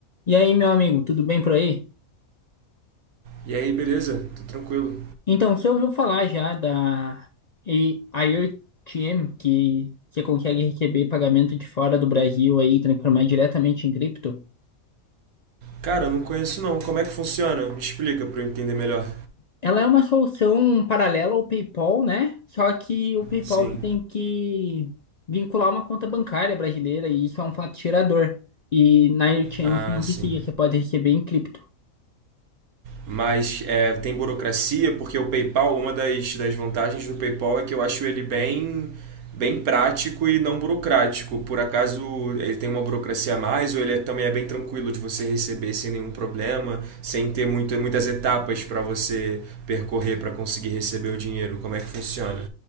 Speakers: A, on the left (about 50°); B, on the right (about 80°).
A: E aí, meu amigo, tudo bem por aí?
B: E aí, beleza? Tô tranquilo.
A: Então, você ouviu falar já da I- IoTM, que você consegue receber pagamento de fora do Brasil aí, e transformar diretamente em cripto?
B: Cara, eu não conheço não. Como é que funciona? Me explica pra eu entender melhor.
A: Ela é uma solução paralela ao PayPal, né? Só que o PayPal
B: Sim.
A: que tem que vincular uma conta bancária brasileira e isso é um fato tirador. E na IoTM
B: Ah,
A: você não
B: sim.
A: precisa, você pode receber em cripto.
B: Mas é, tem burocracia, porque o PayPal, uma das, das vantagens do PayPal é que eu acho ele bem, bem prático e não burocrático. Por acaso ele tem uma burocracia a mais ou ele é- também é bem tranquilo de você receber sem nenhum problema, sem ter muito, muitas etapas para você percorrer para conseguir receber o dinheiro? Como é que funciona?